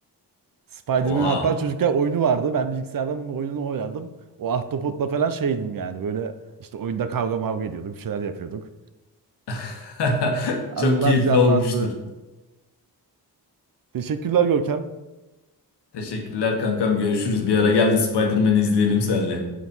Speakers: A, on the right; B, on the left.
A: Spider-Man'in
B: Oha.
A: hatta çocukken oyunu vardı. Ben bilgisayarda bunun oyununu oynardım. O ahtapotla falan şeydim yani. Böyle işte oyunda kavga mavga ediyorduk. Bir şeyler yapıyorduk.
B: <laughs>
A: Anılar
B: Çok keyifli
A: canlandı.
B: olmuştur.
A: Teşekkürler Görkem.
B: Teşekkürler kankam. Görüşürüz. Bir ara
A: Görüşürüz
B: gel de Spider-Man'i
A: canım.
B: izleyelim senle.